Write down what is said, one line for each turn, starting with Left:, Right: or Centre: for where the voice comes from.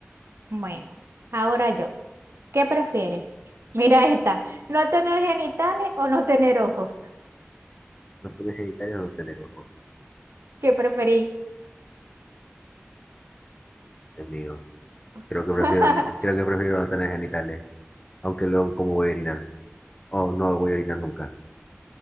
Right: Bueno, ahora yo, ¿qué prefieres? Mira <laughs> esta, ¿no tener genitales o no tener ojos?
Left: No tener genitales o no tener ojos,
Right: ¿Qué preferí?
Left: Dios mío.
Right: <laughs>
Left: Creo que prefiero, creo que prefiero no tener genitales, aunque luego cómo voy a orinar, o no voy a orinar nunca.